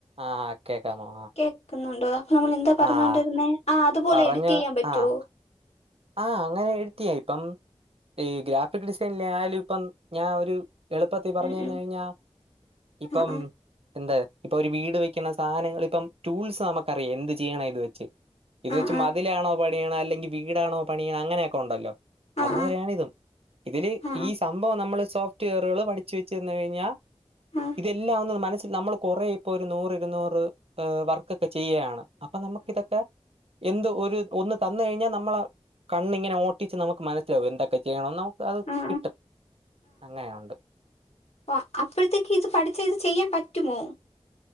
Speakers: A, on the right; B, on the left.
A: ആഹ് കേക്കാമോ
B: കേക്കുന്നുണ്ടോ അപ്പൊ നമ്മള് എന്താ പറഞ്ഞോണ്ടിരുന്നേ
A: ആഹ്
B: ആ അതുപോലെ
A: പറഞ്ഞ
B: എഡിറ്റ് ചെയ്യാൻ പറ്റൊ
A: ആഹ് ആഹ് അങ്ങനെ എഡിറ്റയ്യപ്പം ഈ ഗ്രാഫിക് ഡിസൈനിലയാലും ഇപ്പം ഞാൻ ഒരു എളുപ്പത്തി പറഞ്ഞു
B: ഉം
A: തന്ന്
B: ഉം
A: കഴിഞ്ഞാ ഇപ്പം
B: ആ ആ
A: എന്താ ഇപ്പൊ ഒരു വീട് വെക്കുന്ന സാധനങ്ങൾ ഇപ്പം ടൂൾസ് നമുക്കറിയാം എന്ത് ചെയ്യണം ഇത് വെച്ച് ഇത്
B: ആ
A: വെച്ച്
B: ആ
A: മതിലാണോ പണിയണം അല്ലെങ്കി വീടാണോ പണിയണ അങ്ങനെയൊക്കെ ഉണ്ടല്ലോ
B: ആ
A: അതുപോലെയാണ്
B: ആ
A: ഇതും ഇതില്
B: ആ ആ
A: ഈ സംഭവം നമ്മള് സോഫ്റ്റ് വെയറുകൾ പഠിച്ചു വെ ച്ചെന്ന് കഴിഞ്ഞാ
B: ആ ആ ആ
A: ഇതെല്ലാം ഒന്ന് മനസ്സിൽ നമ്മള് കൊറേ ഇപ്പൊ ഒരു നൂറ് ഇരുനൂറ് ഏ വർക്കൊക്കെ ചെയ്യാണ് അപ്പം നമ്മക്കിതൊക്കെ എന്തൊ ഒരു ഒന്ന് തന്ന് കഴിഞ്ഞാ നമ്മളാ കണ്ണിങ്ങനെ ഓട്ടിച്ച് നമുക്ക് മനസ്സിലാവും എന്തൊക്കെ ചെയ്യണന്ന് നമുക്ക് അത്
B: ആ ആ
A: കിട്ടും അങ്ങനെയുണ്ട്
B: അഹ് അപ്പഴത്തേക്ക് ഇത് പഠിച്ച് ഇത് ചെയ്യാൻ പറ്റുമോ